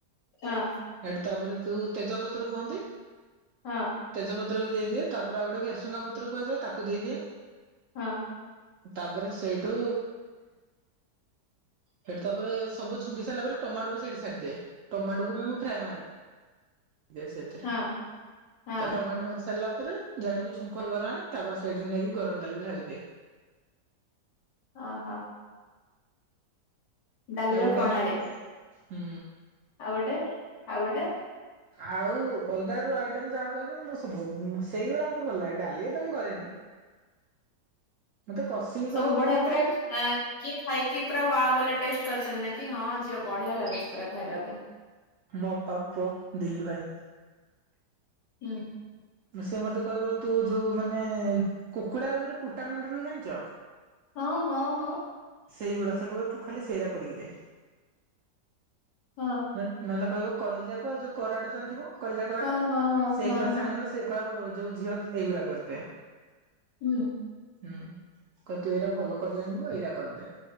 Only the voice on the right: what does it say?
ହେଠୁ ତାପରେ ତୁ ତେଜପତ୍ର କୁହନ୍ତି।
ତେଜପତ୍ର ବି ଇଏ ତାପରେ ଆଉ ଗୋଟେ ଭେସୁଙ୍ଗା ପତ୍ର କୁହାଯାଏ ତାକୁ ଦେଇଦିଏ।
ତାପରେ ସେଇଠୁ ସେଠୁ ତାପରେ ସବୁ ଛୁଙ୍କି ସାରିଲା ପରେ ଟମାଟୋ ବି ସେଇଠି ସାରଦିଏ ଟମାଟୋକୁ ବି ମୁଁ ଫ୍ରାଏ ମାରି ଦେ ସେତରେ
ଟମାଟୋ ମାରିରସଲା ତାପରେ ଜାଣିବି ଛୁଙ୍କ ହେଇଗଲାଣି ତାପରେ ସେଇଠରେ ନେଇକି ଗରମ ଡାଲି ବି ଢାଳିଦିଏ।
ଆଉ ଗୋଟେ
ହୁଁ।
ଆଉ ଅଲଗା ର ଆଇଟମ ଯାହା କହିବ ମୁଁ ସବୁ ସେଇଗୁରା ମତେ ଭଲ ଲାଗେ ଡାଲୀ ତ ମୁଁ କରେନି। ମତେ କଷିକି
କରେ
ମାନେ ଯେମିତି
ମୋ ଅପା ପୁଅ ଦିଲୁ ଭାଇ।
ସେ ମତେ କହିବ ତୁ ଯୋଉ ମାନେ କୁକୁଡାର ଗୋଟେ ପୁଟାମୁଣ୍ଡିରୁ ବରହେ ଜାଣିଛ?
ସେଇଗୁଡା ସେ କୁ ଖାଲି ସେଇଟା କରିକି ଦେ
ନହେଲେ କହିବ? କଲିଯାକ ଯେଉଁ କରୋାଟ ଯାଣିଥିବ। କଳିଜା କରାଟା
ସେଇଗୁଡା
ସେ ଆଣିବ ସେଇ କ ଯୋଉ ଝିଅ ତୁ ଏଇଗୁଡା କରିଦେ।
ହୁଁ କ ତୁ ଏରା ଭଲ କରିଜାଣିବୁ ଏରା କରିଦେ।